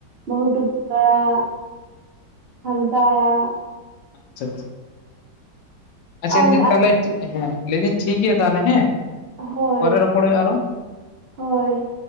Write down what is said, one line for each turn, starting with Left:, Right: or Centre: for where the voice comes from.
Right: ᱵᱟᱹᱦᱩ ᱴᱩᱯᱤ ᱟᱲᱟᱜ ᱥᱟᱱᱛᱟᱲᱟᱜ
Left: ᱟᱪᱷᱟ ᱟᱪᱷᱟ,
Right: ᱟᱨ
Left: ᱞᱟᱹᱭᱫᱤᱧ ᱛᱟᱦᱚᱞᱮ ᱦᱮᱸ ᱞᱟᱹᱭᱫᱟᱹᱧ ᱴᱷᱤᱠ ᱜᱮᱭᱟ ᱛᱟᱦᱚᱞᱮ ᱦᱮᱸ
Right: ᱦᱳᱭ
Left: ᱯᱚᱨᱮ ᱨᱚᱯᱚᱲ ᱦᱩᱭᱩᱜᱼᱟ ᱟᱨᱚ
Right: ᱦᱳᱭ